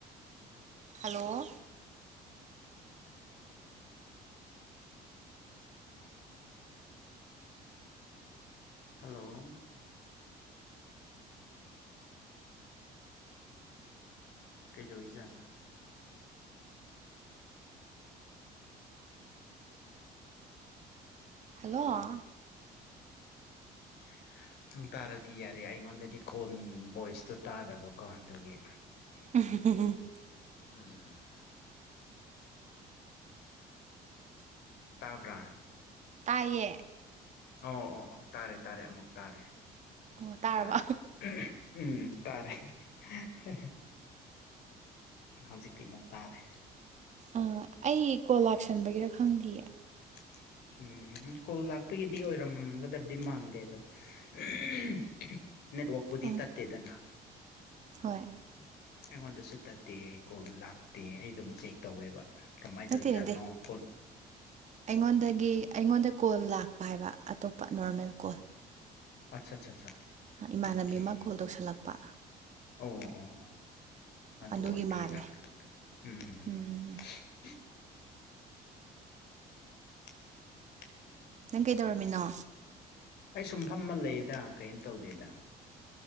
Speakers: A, on the right (about 45°); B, on the left (about 75°).
A: ꯍꯜꯂꯣ
B: ꯍꯜꯂꯣ ꯀꯩꯗꯧꯏꯖꯥꯠꯅꯣ
A: ꯍꯜꯂꯣ
B: <unintelligible> ꯗꯨ ꯇꯥꯔꯗꯤ ꯌꯥꯔꯦ ꯑꯩꯉꯣꯟꯗꯗꯤ ꯈꯣꯟ ꯚꯣꯏꯁꯇꯣ ꯇꯥꯗꯕꯀꯣ ꯑꯗꯨꯒꯤ
A: ꯎꯝ ꯍꯝ ꯍꯝ ꯍꯝ
B: ꯎꯝ ꯇꯥꯕ꯭ꯔꯥ
A: ꯇꯥꯏꯌꯦ
B: ꯑꯣ ꯑꯣ ꯑꯣ ꯇꯥꯔꯦ ꯇꯥꯔꯦ ꯑꯃꯨꯛ ꯇꯥꯔꯦ
A: ꯑꯣ ꯇꯥꯔꯕ
B: ꯇꯥꯔꯦ <unintelligible> ꯎꯝ ꯇꯥꯔꯦ ꯍꯦ ꯍꯦ ꯍꯦ ꯍꯧꯖꯤꯛꯇꯤ ꯑꯃꯨꯛ ꯇꯥꯔꯦ
A: ꯑꯥ ꯑꯩ ꯀꯣꯜ ꯂꯥꯛꯁꯟꯕꯒꯤꯔꯥ ꯈꯪꯗꯤꯌꯦ
B: <unintelligible> ꯎꯝ ꯀꯣꯜ ꯂꯥꯛꯄꯒꯤꯗꯤ ꯑꯣꯏꯔꯝꯒꯗꯕꯗꯤ ꯃꯥꯟꯗꯦ ꯑꯗꯣ <unintelligible> ꯅꯦꯠꯋꯥꯛꯄꯨꯗꯤ
A: ꯎꯝ
B: ꯇꯠꯇꯦꯗꯅꯥ
A: ꯍꯣꯏ
B: ꯎꯝ ꯑꯩꯉꯣꯟꯗꯁꯨ ꯇꯠꯇꯦ ꯀꯣꯜ ꯂꯥꯛꯇꯦ ꯑꯩ ꯑꯗꯨꯝ ꯆꯦꯛ ꯇꯧꯋꯦꯕꯥ ꯀꯃꯥꯏꯅ
A: ꯅꯠꯇꯦ
B: ꯇꯧꯏ ꯖꯥꯠꯅꯣ
A: ꯅꯠꯇꯦ
B: <unintelligible>
A: ꯑꯩꯉꯣꯟꯗꯒꯤ ꯑꯩꯉꯣꯟꯗ ꯀꯣꯜ ꯂꯥꯛꯄ ꯍꯥꯏꯕ ꯑꯇꯣꯞꯄ ꯅꯣꯔꯃꯦꯜ ꯀꯣꯜ
B: ꯑꯆ ꯆ ꯆꯥ
A: ꯏꯃꯥꯟꯅꯕꯤ
B: ꯑꯣ ꯀꯦ
A: ꯑꯃ ꯀꯣꯜ ꯇꯧꯁꯜꯂꯛꯄ
B: ꯑꯣ ꯑꯣ ꯑꯗꯨ
A: ꯑꯗꯨꯒꯤ
B: ꯑꯣꯏꯕꯩꯔꯥ
A: ꯃꯥꯜꯂꯦ
B: ꯈꯪꯗꯦ <unintelligible>
A: ꯎꯝ
B: <unintelligible>
A: ꯅꯪ ꯀꯩꯗꯧꯔꯝꯃꯤꯅꯣ
B: ꯑꯩ ꯁꯨꯝ ꯐꯝꯃ ꯂꯩꯌꯦꯗꯥ ꯀꯦꯝ ꯇꯧꯗꯦꯗꯥ